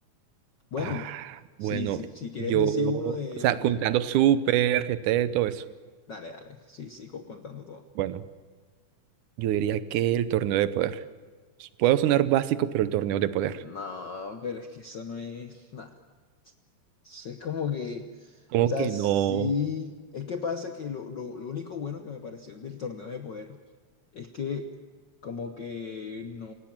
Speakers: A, on the left (about 65°); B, on the right (about 80°).
A: Bueno,
B: Ah,
A: sí,
B: bueno,
A: sí, si quieres
B: yo,
A: decir
B: o
A: uno de,
B: sea,
A: del...
B: juntando Super, GT, todo eso.
A: Dale, dale, sí, sigo contando todo.
B: Bueno. Yo diría que el torneo de poder. Puedo sonar básico, pero el torneo de poder.
A: No, pero es que eso no es nada. Entonces, es como que, o
B: ¿Cómo
A: sea,
B: que
A: sí,
B: no?
A: es que pasa que lo, lo- lo único bueno que me pareció del torneo de poder es que como que no